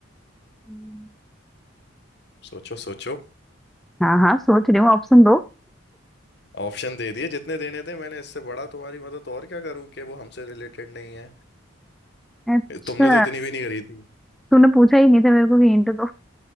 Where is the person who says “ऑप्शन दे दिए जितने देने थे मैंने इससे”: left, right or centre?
Left